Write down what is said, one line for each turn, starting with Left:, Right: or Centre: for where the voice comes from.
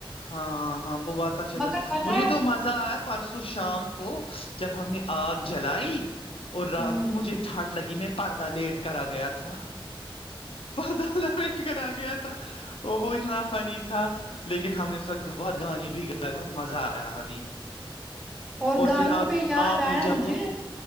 Left: ہاں ہاں ب بت اچھا
Centre: مگر
Left: تھا
Centre: پتا
Left: مجھے
Centre: ہے
Left: تو مزہ آیا پرسوں شام کو جب ہم نے آگ جلائی اور رات
Centre: ہوں
Left: کو مجھے ٹھنڈ لگی میں پردہ لیٹ کرا گیا تھا تھا پا بیٹھ کر آ گیا تھا وہ وہ اتنا فنی تھا لیکن ہم نے سخ گبات پانی بھی گا ہے بہت مزہ آیا ہمیں
Centre: اور گانوں
Left: پھر آپ
Centre: پہ یاد
Left: آپ نے
Centre: آیا
Left: جب
Centre: مجھے
Left: وہ